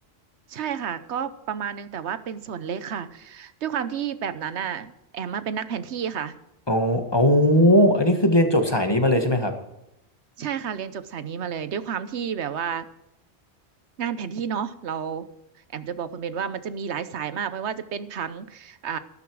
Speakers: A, on the right (about 90°); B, on the left (about 25°).
A: ใช่ค่ะก็ประมาณนึงแต่ว่าเป็นส่วนเล็กค่ะด้วยความที่แบบนั้นอ่ะแอมมาเป็นนักแผนที่ค่ะ
B: อ๋ออ๋ออันนี้คือเรียนจบสายนี้มาเลยใช่ไหมครับ
A: ใช่ค่ะเรียนจบสายนี้มาเลยด้วยความที่แบบว่างานแผนที่เนาะเราแอมจะบอกคุณเบนว่ามันจะมีหลายสายมากไม่ว่าจะเป็นผังอ่า